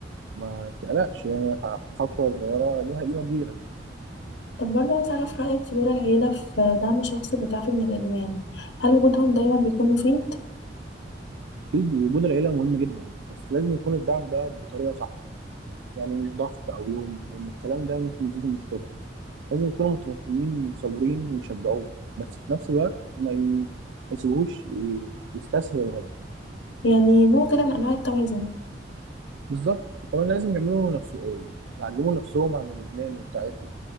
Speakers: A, on the right; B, on the left.
A: ما تقلقش يعني ح- خطوة صغيرة ليها قيمة كبيرة
B: طب برضه عايز أعرف رأيك في دور العيلة في دعم شخص بيتعافي من الإدمان هل وجودهم دايما بيكون مفيد؟
A: أكيد وجود العيلة مهم جدا بس لازم يكون الدعم ده بطريقة صح يعني مش ضغط أو لوم لأن الكلام ده ممكن يزيد المشكلة لازم يكونوا متفاهمين وصابرين ويشجعوه بس في نفس الوقت ما ي- ما يسيبوهوش ي- يستسهل الغلط
B: يعني نوع كده من أنواع التوازن
A: بالظبط وكمان لازم يعملوا نفسهم يعلموا نفسهم عن الإدمان والتعافي